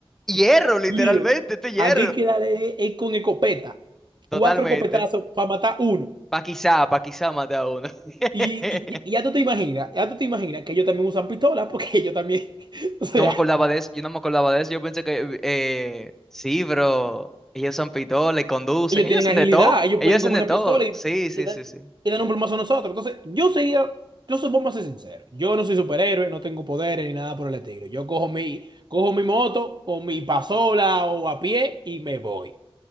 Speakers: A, in the centre; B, on the right.
A: hierro, literalmente,
B: Líder.
A: esto es hierro.
B: Aquí hay que darle es con escopeta.
A: Totalmente.
B: Cuatro escopetazos para matar uno.
A: Pa' quizá, pa' quizá mate a uno. <laughs>
B: Y, y- y ya tú te imaginas, ya tú te imaginas que ellos también usan pistola porque ellos también. <laughs> O sea.
A: No me acordaba de eso, yo no me acordaba de eso, yo pensé que, eh, sí, bro, ellos son pitoles, conducen,
B: Ellos
A: ellos
B: tienen
A: hacen
B: agilidad,
A: de todo,
B: ellos
A: ellos
B: pueden
A: hacen
B: coger
A: de
B: una
A: todo,
B: pistola y,
A: sí, sí,
B: y, dar-
A: sí, sí.
B: y dar un plumazo a nosotros. Entonces, yo sería, yo supongo vamos a ser sincero. Yo no soy superhéroe, no tengo poderes ni nada por el estilo. Yo cojo mi, cojo mi moto o mi pasola o a pie y me voy.